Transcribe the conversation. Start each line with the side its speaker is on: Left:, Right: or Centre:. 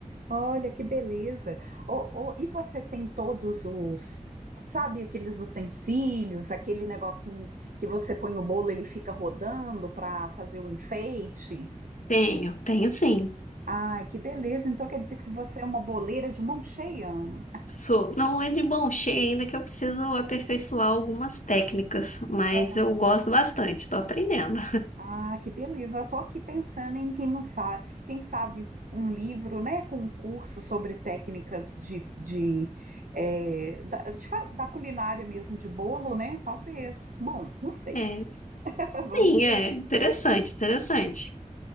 Right: Olha que beleza. Ô, ô, e você tem todos os, sabe, aqueles utensílios, aquele negocinho que você põe o bolo, ele fica rodando para fazer o enfeite?
Left: <laughs> Tenho, tenho sim.
Right: Ai, que beleza. Então quer dizer que se você é uma boleira de mão cheia, Ana.
Left: Sou. Não é de bom cheio ainda que eu preciso aperfeiçoar algumas técnicas, mas
Right: Aham.
Left: eu gosto bastante, tô aprendendo.
Right: Ah, que beleza. Eu tô aqui pensando em quem não sabe, quem sabe um livro, né, com um curso sobre técnicas de, de, eh, da, de fa- da culinária mesmo de bolo, né? Talvez. Bom, não sei.
Left: É, s-
Right: <laughs>
Left: sim,
Right: Vamos pensar.
Left: é interessante, interessante.